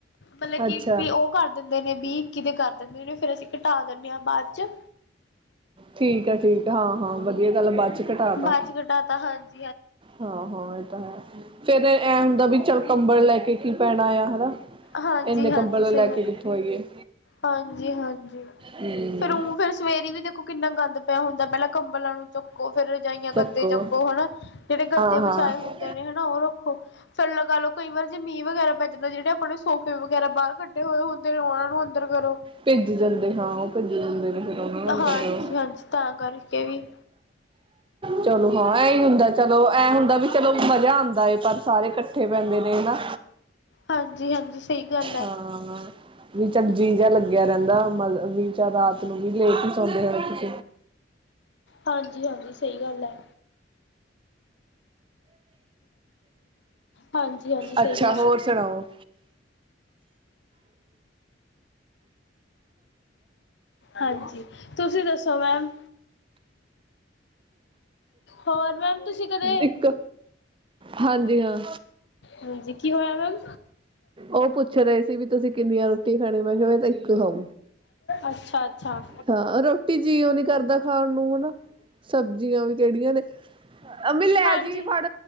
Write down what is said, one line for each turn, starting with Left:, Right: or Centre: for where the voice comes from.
Left: ਮਤਲਬ ਕਿ
Right: ਅੱਛਾ
Left: ਵੀ ਉਹ ਕਰ ਦਿੰਦੇ ਨੇ ਬੀ। ਕਿਵੇਂ ਕਰ ਦਿੰਦੇ ਨੇ, ਫੇਰ ਅਸੀਂ ਘਟਾ ਦਿੰਦੇ ਹਾਂ ਬਾਅਦ ਚ।
Right: ਠੀਕ ਹੈ ਠੀਕ ਏ, ਹਾਂ-ਹਾਂ ਵਧੀਆ ਗੱਲ ਬਾਦ ਚ ਘਟਾ
Left: ਬਾਅਦ
Right: ਤਾ
Left: ਚ ਕਟਾਤਾ ਹਾਜੀ।
Right: ਹਾਂ ਹਾਂ ਇਹ ਤਾਂ ਹੈ, ਫੇਰ ਇਹ ਹੁੰਦਾ ਵੀ ਚੱਲ ਕੰਬਲ ਲੈ ਕੇ। ਕੀ ਪੈਣਾ ਆ। ਹੈਨਾ
Left: ਹਾਂਜੀ
Right: ਇੰਨੇ
Left: ਹਾਂਜੀ
Right: ਕੰਬਲ ਲੈ
Left: ਸਹੀ ਗੱਲ
Right: ਕੇ ਕਿੱਥੋਂ ਆਈਏ।
Left: ਹਾਂਜੀ-ਹਾਂਜੀ
Right: ਹਮ
Left: ਫੇਰ, ਉ ਫੇਰ ਸਵੇਰੇ ਵੀ ਦੇਖੋ ਕਿੰਨਾ ਗੰਦ ਪਿਆ ਹੁੰਦੇ, ਪਹਿਲਾਂ ਕੰਬਲਾਂ ਨੂੰ ਚੁੱਕੋ, ਫੇਰ ਰਜਾਈਆਂ
Right: ਚੱਕੋ
Left: ਗੱਦੇ ਚੁੱਕੋਹੈ ਨਾ? ਜਿਹੜੇ ਗੱਦੇ
Right: ਹਾਂ
Left: ਵਿਛਾ-
Right: ਹਾਂ
Left: ਹੁੰਦੇ ਨੇ ਹੈ ਨਾ ਉਹ ਰੱਖੋ ਫਿਰਲਗਾ ਲਓ ਕਈ ਵਾਰ ਜੇ ਮੀਂਹ ਵਗੈਰਾ ਪੈਂਦਾ। ਜਿੱਦਾਂ ਜਿਹੜੇ ਆਪਾਂ ਨੇ ਸੋਫੇ ਵਗੈਰਾ ਬਾਹਰ ਕੱਢੇ ਹੋਏ ਹੁੰਦੇ ਉਹਨਾਂ ਨੂੰ ਅੰਦਰ ਕਰੋ।
Right: ਭਿੱਜ ਜਾਂਦੇ, ਹਾਂ ਉਹ ਭਿੱਜ ਜਾਂਦੇ ਨੇ, ਫਿਰ ਉਹਨਾਂ ਨੂੰ ਅੰਦਰ
Left: ਹਾਂਜੀ-ਹਾਂਜੀ
Right: ਕਰੋ।
Left: ਤਾਂ ਕਰਕੇ ਵੀ
Right: ਚਲੋ ਹਾਂ ਇਹੀ ਹੁੰਦਾ। ਚਲੋ ਐਂ ਹੁੰਦਾ ਵੀ ਚਲੋ ਮਜ਼ਾ ਆਂਦੇ, ਪਰ ਸਾਰੇ ਇਕੱਠੇ ਬਹਿੰਦੇ ਨੇ ਨਾ?
Left: ਹਾਂਜੀ-ਹਾਂਜੀ ਸਈ ਗੱਲ ਐ।
Right: ਹਾਂ-ਆ ਜੀਅ ਜਾ ਲੱਗਿਆ ਰਹਿੰਦਾ, ਮਤਲਬ ਵੀ ਚੱਲ ਰਾਤ ਨੂੰ ਵੀ ਲੇਟ ਹੀ ਸੌਂਦੇ ਰੇ।
Left: ਹਾਂਜੀ-ਹਾਂਜੀ ਸਹੀ ਗੱਲ ਏ। ਹਾਂਜੀ-ਹਾਂਜੀ ਸਈ
Right: ਅੱਛਾ
Left: ਗੱਲ
Right: ਹੋਰ
Left: ਐ
Right: ਸੁਣਾਓ।
Left: ਹਾਂਜੀ ਤੁਸੀਂ ਦੱਸੋ ਮੈਮ। ਹੋਰ ਮੈਮ ਤੁਸੀਂ ਕਦੇ
Right: ਇੱਕ ਹਾਂਜੀ ਹਾਂ
Left: ਹਾਂਜੀ ਕੀ ਹੋਇਆ ਮੈਮ?
Right: ਉਹ ਪੁੱਛ ਰਹੇ ਸੀ ਵੀ ਤੁਸੀਂ ਕਿੰਨੀਆਂ ਰੋਟੀਆਂ ਖਾਣੀ ਮੈਂ ਕਿਹਾ ਕਿ ਮੈ ਤਾਂ ਇੱਕ ਖਾਊ।
Left: ਅੱਛਾ ਅੱਛਾ
Right: ਹਾਂ ਰੋਟੀ ਜੀਓਂ ਨੀ ਕਰਦਾ ਖਾਣ ਨੂੰ ਹੈ ਨਾ ਸਬਜ਼ੀਆਂ ਵੀ ਕਿਹੜੀਆਂ ਨੇ। ਅੰਮੀ ਲੈ
Left: ਹਾਂਜੀ
Right: ਜੀ ਫੜ